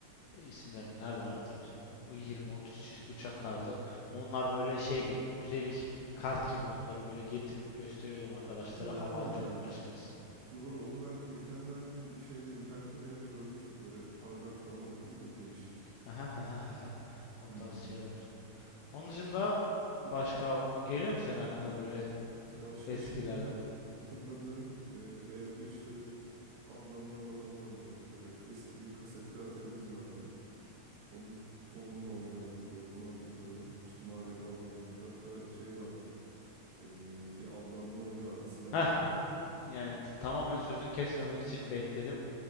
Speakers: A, on the left (about 80°); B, on the right (about 85°).
A: e, isimlerini nereden hatırlayacağım? O yirmi, otuz çeşit uçak kartı. Onlar böyle şey gibi müzelik kart gibi onları böyle getirip gösteriyordum arkadaşlara
B: Ha.
A: hava atıyordum açıkçası.
B: Doğru onu ben geçenlerde bir şeyde internette bir yerde görmüştüm. Böyle parlak falan oluyor değil mi? Böyle değişik.
A: <laughs> O
B: Hmm.
A: tarz şeyler. Onun dışında başka geliyor mu senin aklına böyle
B: İşte başka
A: eskilerden?
B: şimdi hatırladığım e, evde işte ablamlarla falan oynardık. Böyle eski bir kasetli atarimiz vardı. Onu, onunla oynardık böyle onu hatırlıyorum. İşte Mario falan oynardık. Hatta şey vardı. e, bir avlanma oyunu vardı silahlı
A: Heh,
B: falan.
A: yani t- tamamen sözünü kesmemek için bekledim.